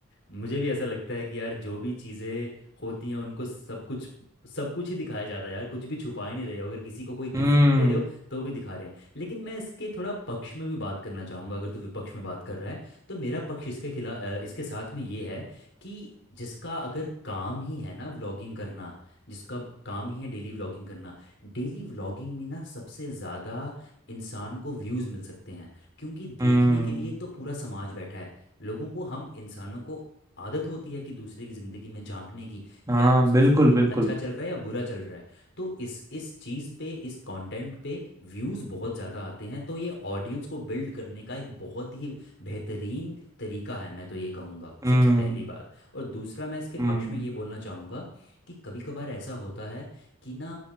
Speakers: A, on the left; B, on the right.
A: मुझे भी ऐसा लगता है कि यार जो भी चीज़ें होती हैं उनको सब कुछ सब कुछ ही दिखाया जाता है यार कुछ भी छुपा ही नहीं रहे हो अगर किसी को कोई गिफ्ट
B: हम्म
A: भी दे रहे हो तो भी दिखा रहे हैं लेकिन मैं इसके थोड़ा पक्ष में भी बात करना चाहूँगा अगर तू विपक्ष में बात कर रहा है तो मेरा पक्ष इसके खिलाफ इसके साथ में ये है कि जिसका अगर काम ही है ना व्लॉगिंग करना जिसका ब- काम ही है डेली व्लॉगिंग करना डेली व्लॉगिंग में ना सबसे ज़्यादा इंसान को व्यूज़ मिल सकते हैं क्योंकि देखने
B: हम्म
A: के लिए तो पूरा समाज बैठा है लोगों को हम इंसानों को आदत होती है कि दूसरे की जिंदगी में झांकने की
B: हाँ
A: कि यार उसकी
B: बिल्कुल
A: जिंदगी में
B: बिल्कुल
A: अच्छा चल रहा है या बुरा चल रहा है तो इस इस चीज पे इस कंटेंट पे व्यूज बहुत ज्यादा आते हैं तो ये ऑडियंस को बिल्ड करने का एक बहुत ही बेहतरीन तरीका है मैं तो ये कहूँगा
B: हम्म
A: सबसे पहली बात और दूसरा मैं इसके
B: हम्म
A: पक्ष में ये बोलना चाहूँगा कि कभी कभार ऐसा होता है कि ना